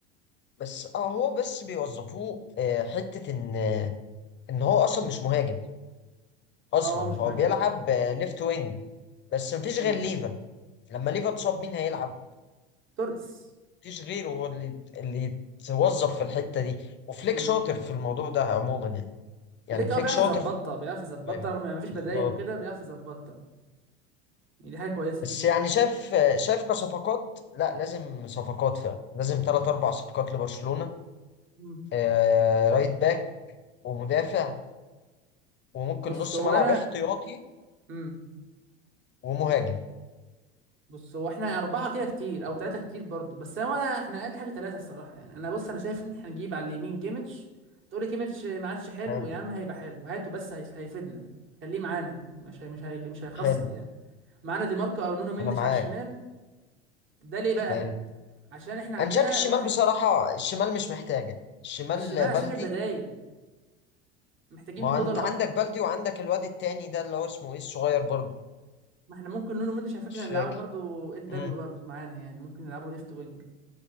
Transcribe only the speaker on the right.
اه هو مش
مهاجم
امم
توريس
امم
بليك
اه بيعرف
يظبطها
بيعرف يظبطها
رغم ما فيش بدايل
وكده بيعرف يظبطها يعني دي حاجه كويسه
امم
بص
هو
انا
امم
بص هو احنا اربعه كده كتير او ثلاثه كتير برضو بس هو انا احنا اقل حاجه ثلاثه الصراحه يعني انا بص انا شايف ان احنا نجيب على اليمين كيميتش تقولي كيميتش ما عادش حلو
يا عم هيبقى حلو هاته بس هي- هيفيدنا خليه معانا مش هي مش هي مش هيخسر
يعني معانا دي ماركو او نونو مندش
على الشمال ده ليه بقى
عشان احنا عندنا
واحد
الشمال عشان
البدايل محتاجين
بدلة
اكتر
ما احنا ممكن نونو مندش على فكره
نلعبه
برضو ال دبليو
برضو معانا يعني ممكن نلعبه ليفت وينج